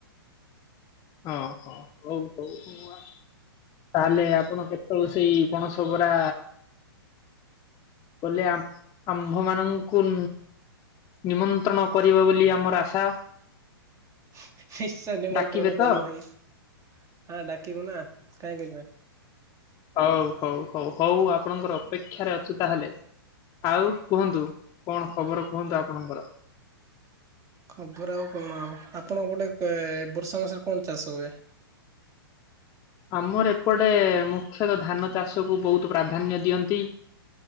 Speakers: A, on the left; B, on the right.
A: ହଁ-ହଁ ହଉ-ହଉ-ହଉ ତାହେଲେ ଆପଣ <unintelligible> ସେଇ ପଣସବରା କଲେ ଆମ୍ଭ ମାନଙ୍କୁ ନିମନ୍ତ୍ରଣ କରିବ ବୋଲି ଆମର ଆଶା।
B: <unintelligible> ନିମନ୍ତ୍ରଣ
A: ଡାକିବେ ତ?
B: କରିବି ଭାଇ ହଁ ଡାକିବୁ ନା କାହିଁକି <unintelligible>
A: ହଉ-ହଉ-ହଉ-ହଉ ଆପଣଙ୍କର ଅପେକ୍ଷାରେ ଅଛୁ ତାହେଲେ। ଆଉ କୁହନ୍ତୁ କଣ ଖବର କୁହନ୍ତୁ ଆପଣଙ୍କର?
B: ଖବର ଆଉ କଣ ଆଉ, ଆପଣଙ୍କ ପଟେ ବର୍ଷା ମାସରେ କଣ ଚାଷ ହୁଏ?
A: ଆମର ଏପଟେ ମୁଖ୍ୟତଃ ଧାନ ଚାଷକୁ ବହୁତ୍ ପ୍ରାଧାନ୍ୟ ଦିଅନ୍ତି।